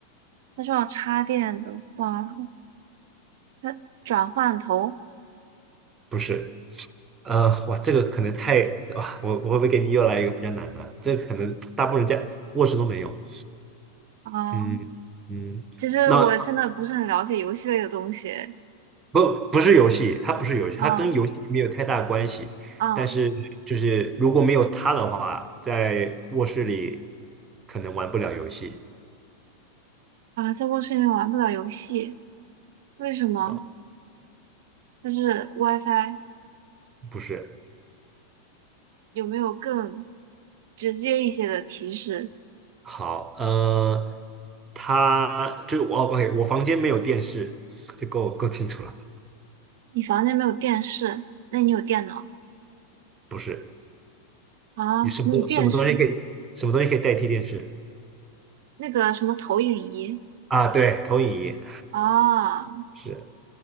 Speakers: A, on the right; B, on the right.
A: 它需要插电的话，它转换头
B: 不是，呃，哇，这个可能太哇，我我会不会给你又来一个比较难的？这个可能大部分人家卧室都没有，
A: 啊，
B: 嗯嗯，
A: 其实我真的不是很了解游戏类的东西。
B: 那。不，不是游戏，它不是游戏，它跟游戏没有太大关系。
A: 啊啊
B: 但是，就是如果没有它的话，在卧室里可能玩不了游戏
A: 啊！在卧室里面玩不了游戏，为什么？
B: 啊，
A: 就是 WiFi
B: 不是。
A: 有没有更直接一些的提示？
B: 好，呃，它就我 OK，我房间没有电视，这够够清楚了。
A: 你房间没有电视，那你有电脑
B: 不是，
A: 啊？
B: 你什么东什么东西可以什么东西可以代替电视
A: 你有电视，那个什么投影仪
B: 啊？对，投影仪
A: 啊？
B: 是